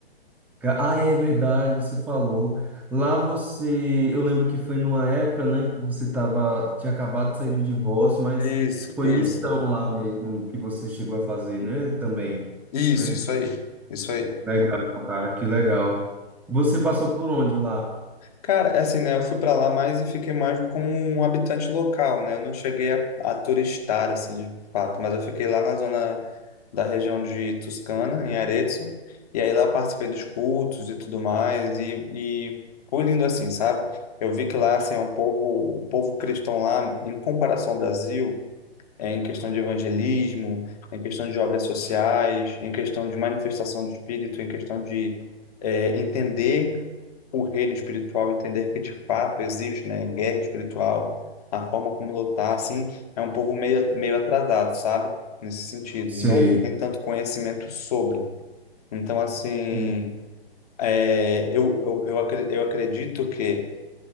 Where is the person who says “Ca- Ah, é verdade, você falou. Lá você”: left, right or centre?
Centre